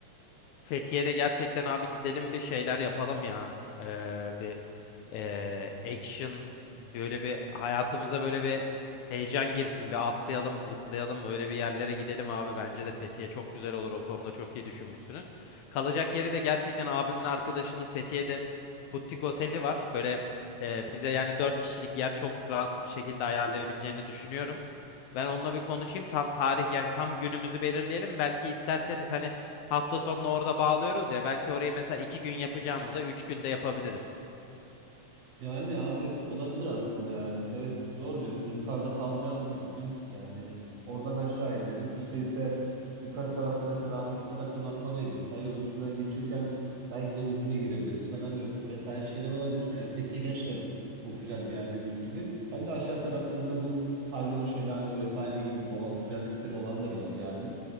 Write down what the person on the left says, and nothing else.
Fethiye'de gerçekten abi gidelim bir şeyler yapalım ya. Ee, bir ee, action böyle bir hayatımıza böyle bir heyecan girsin. Bir atlayalım, zıplayalım, öyle bir yerlere gidelim abi. Bence de Fethiye çok güzel olur. O konuda çok iyi düşünmüşsünüz. Kalacak yeri de gerçekten abimin arkadaşının Fethiye'de butik oteli var. Böyle ee, bize yani 4 kişilik yer çok rahat bir şekilde ayarlayabileceğini düşünüyorum. Ben onunla bir konuşayım. Tam tarih yani tam günümüzü belirleyelim. Belki isterseniz hani Hafta sonunu orada bağlıyoruz ya belki orayı mesela iki gün yapacağımıza üç günde yapabiliriz.